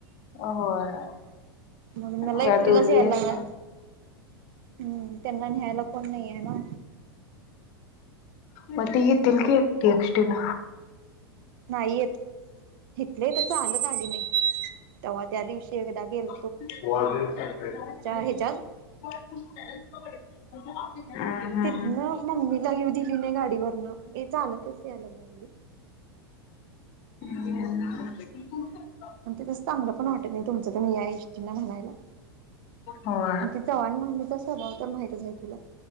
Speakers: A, on the left; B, on the right.
A: होय,
B: मग मला
A: त्यात
B: एकटीलाच
A: उभी
B: यायला
A: हायस.
B: लागणार हम्म त्यांना न्यायला कोण नाही आहे ना.
A: म ते येतील की, एकटी एसटीन.
B: नाही येत, इथले ईथ चालत आली नाही, तेव्हा त्या दिवशी एकदा गेल
A: हो. <unintelligible>
B: ह्याच्यात
A: हम्म हम्म.
B: ना मम्मीला येऊ दिली नाही गाडीवरन, हे चालतच यायला लावली.
A: ह <unintelligible>
B: आणि ते तसं चांगलं पण वाटेल नाही, तुमं तुमी या एष्टींन म्हणायला.
A: होय
B: आणि ति चव्हाण मेवणीचा सभाव तर माहितच आहे तुला.